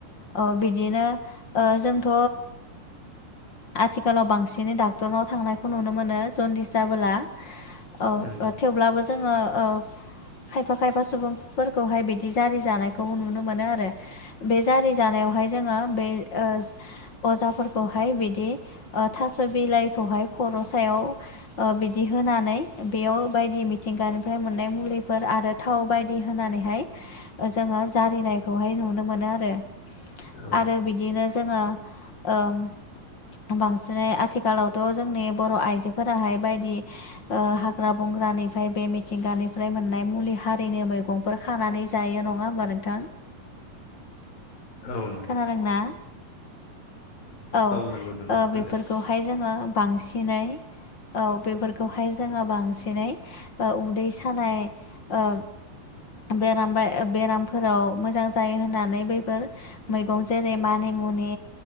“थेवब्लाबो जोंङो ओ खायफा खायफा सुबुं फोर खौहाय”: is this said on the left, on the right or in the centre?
Left